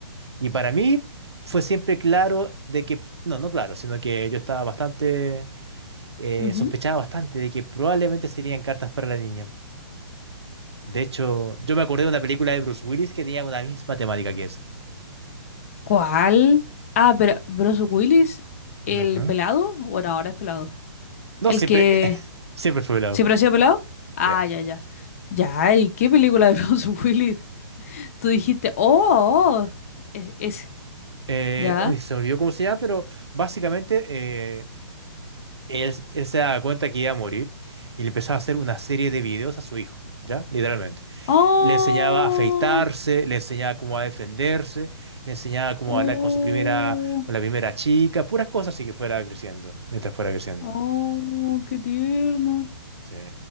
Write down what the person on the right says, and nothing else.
y para mí fue siempre claro de que, no, no claro, sino que yo estaba bastante, eh,
sospechaba bastante de que probablemente serían cartas para la niña. De hecho, yo me acordé de una película de Bruce Willis que tenía una misma temática que esa.
Ujú.
No,
siempre,
<laughs> siempre fue velado.
Sí.
Eh,
uy, se me olvidó cómo se llama, pero básicamente eh, él, él se daba cuenta que iba a morir y le empezaba a hacer una serie de videos a su hijo, ¿ya? Literalmente.
Le enseñaba a afeitarse, le enseñaba cómo a defenderse, le enseñaba cómo
a hablar con su primera, con la primera chica, puras cosas así que fuera creciendo, mientras fuera creciendo.
Sí.